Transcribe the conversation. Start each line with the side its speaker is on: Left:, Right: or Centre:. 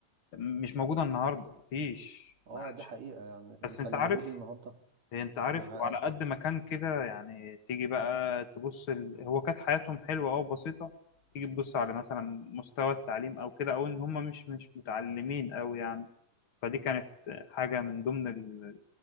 Left: مش موجودة النهاردة مفيش
Right: اه
Left: معلش
Right: دي حقيقة يعني انت
Left: بس انت
Right: اللي
Left: عارف
Right: موجود النهارده
Left: انت عارف
Right: معاك
Left: وعلى قد ما كان كده يعني تيجي بقى تبص ال... هو كانت حياتهم حلوة او بسيطة تيجي تبص على مثلا مستوى التعليم او كده او ان هم مش مش متعلمين قوي يعني فدي كانت حاجة من ضمن ال...